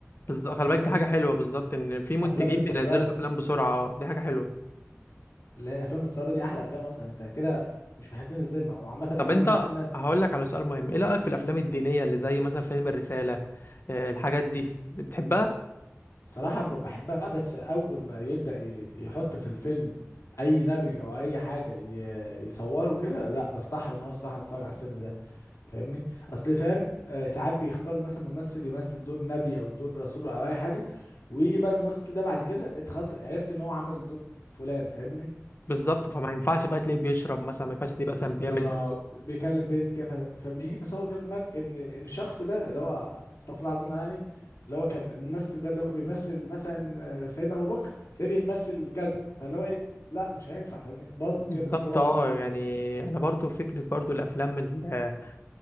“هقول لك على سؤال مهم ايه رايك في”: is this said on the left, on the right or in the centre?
Left